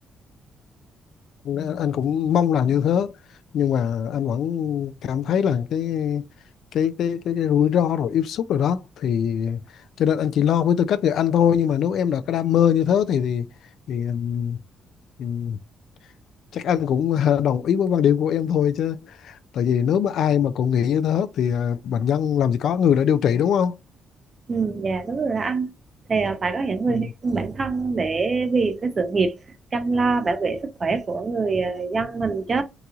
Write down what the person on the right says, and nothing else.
Ừ, dạ đúng rồi đó anh thì à, phải có những người
hy sinh bản thân để vì cái sự nghiệp chăm lo bảo vệ sức khỏe của người à, dân mình chứ